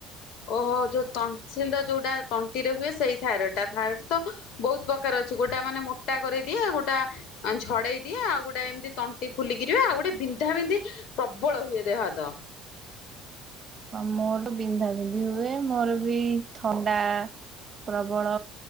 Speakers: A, on the left; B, on the right.
A: ଓହୋ ଯୋଉ ଟନସିଲଟା ଯୋଉଟା ତଣ୍ଟିରେ ହୁଏ ସେଇ ଥାଇରଡ ଟା ଥାଇରଡ ତ ବହୁତ ପ୍ରକାର ଅଛି ଗୋଟା ମାନେ ମୋଟା କରିଦିଏ ଗୋଟା ଆ ଝଡେଇ ଦିଏ ଆଉ ଗୋଟେ ଏମିତି ତଣ୍ଟି ଫୁଲିକି ରହେ ଆଉ ଗୋଟେ ବିନ୍ଧା ବିନ୍ଧି ପ୍ରବଳ ହୁଏ ଦେହ ହାତ
B: ହଁ ମୋର ବିନ୍ଧା ବିନ୍ଧି ହୁଏ ମୋର ବି ଥଣ୍ଡା ପ୍ରବଳ